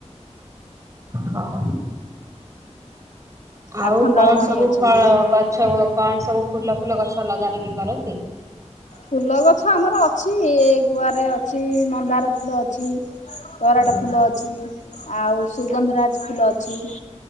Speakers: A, on the right (about 25°); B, on the left (about 85°).
A: ହଁ।
B: ଆଖଣ୍ଡଳମଣି
A: ଆଉ କଣ ସବୁ
B: ଅଛନ୍ତି।
A: ଫଳ ଗଛ ଓ କଣ ସବୁ ଫୁଲ ଫୁଲ ଗଛ ଲଗା ଲଗି କରନ୍ତି।
B: ଫୁଲ ଗଛ ଆମର ଅଛି ଏ ଗୁଆରେ ଅଛି ମନ୍ଦାର ଫୁଲ ଅଛି। ତରାଟ
A: ହୁଁ।
B: ଫୁଲ ଅଛି ଆଉ ସୁଗନ୍ଧରାଜ ଫୁଲ ଅଛି।